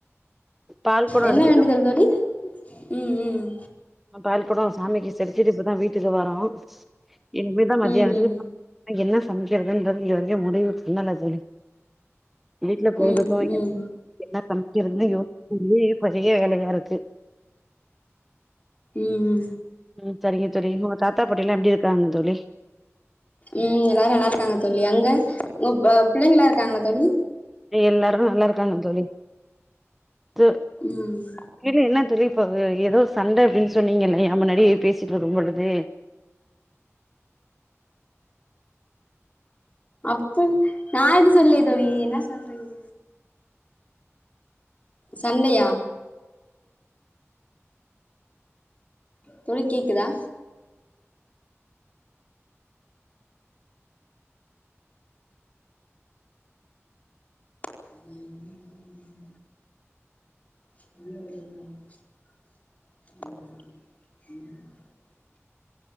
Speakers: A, in the centre; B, on the left (about 30°).
A: பால் கொடோ
B: என்ன
A: எடுத்துட்டு
B: வேண்டுதல் வேடி ம் ம்
A: பால்குடம் சாமிக்கு செஞ்துட்டு இப்பதான் வீட்டுக்கு வரொம் இனிமேதான் மதியானதுக்கு
B: ம் ம்
A: என்ன சமைக்கிறதுன்ற <unintelligible> சொன்னல தோழி வீட்டுல போலுதுக்கு
B: ம் ம் ம்
A: என்ன சமைக்கிறதுன்னு யோசிகிலயோ பேரிய வேலையா இருக்கு
B: ம்
A: உம் சரிங்க சரிங்க தத்தா தாத்தா பாட்டி எல்லாம் எப்படி இருக்காங்க தோழி
B: உம் எல்லாரும் நல்லா இருக்காங்க தோழி அங்க உ பிள்ளைங்க எல்லாம் இருக்காங்களா தோழி
A: எல்லாரும் நல்லா இருக்காங்க தோழி து
B: ம்
A: எ என்ன தோழி இப்ப ஏதோ சண்ட அப்படின்னு சொன்னீங்கல்ல ஏன் முன்னாடி பேசிட்டு இருக்கும் பொழுது
B: அப்ப நான் எது சொல்லே தோழி என்ன சொல்றீங்க சண்டையா தோழி கேக்குதா <unintelligible> <unintelligible>